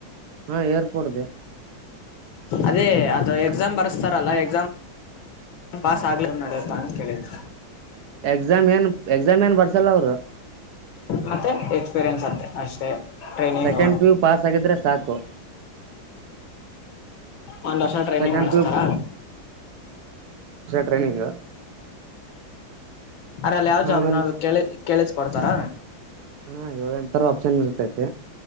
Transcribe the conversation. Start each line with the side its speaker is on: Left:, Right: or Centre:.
Right: ಹಾ ಏರ್ಪೋರ್ಟದೆ.
Left: ಅದೇ ಅದು ಎಕ್ಸಾಮ್ ಬರ್ಸ್ತಾರಲ್ಲ ಎಕ್ಸಾಮ್ ಪಾಸ್ ಆಗ್ಲಿಕ್ ನಡಿಯತ ಅಂತ ಕೇಳಿದ್
Right: ಎಕ್ಸಾಮ್ ಏನ್ ಎಕ್ಸಾಮ್ ಏನ್ ಬರ್ಸಲ್ಲಲ್ರೊ
Left: ಮತ್ತೆ ಎಕ್ಸ್ಪೀರಿಯನ್ಸ್ ಅಂತೆ ಅಷ್ಟೇ training
Right: second P U pass ಆಗಿದ್ರೆ ಸಾಕು.
Left: ಒಂದ್ ವರ್ಷ ಟ್ರೈನಿಂಗ್
Right: ಸೆಕೆಂಡ್
Left: ಮಾಡಿಸ್ತಾರ.
Right: ಪಿ ಯು ಟ್ರೈನಿಂಗ.
Left: ಅರಲ್ಲ್ ಯಾವ್ ಜಾಬ್
Right: ಆಮೇಲೆ
Left: ನಾವು ಕೇಳಿದ್. ಕೇಳಿದ್ ಕೊಡ್ತಾರ.
Right: ಹಾ ಏಳೆಂಟ್ ತರ ಆಪ್ಷನ್ ಇರ್ತತಿ